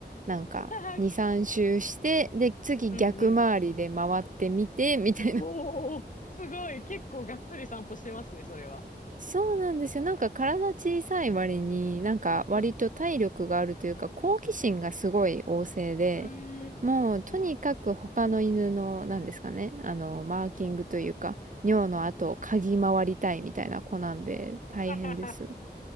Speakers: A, on the right; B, on the left.
A: なんか2、
B: <laughs>
A: 3周して、で次逆回りで回ってみてみたいな
B: うんうん。おお、すごい。結構がっつり散歩してますね、それは。
A: そうなんですよ。なんか体小さい割に、なんか割と体力があるというか、
B: うん。
A: 好奇心がすごい旺盛で、
B: うーん。
A: もうとにかく他の犬の、
B: うんうん
A: なんですかね、あの、マーキングというか、尿の跡を嗅ぎ回りたいみたいな子なんで、
B: うん
A: 大変です。
B: ははは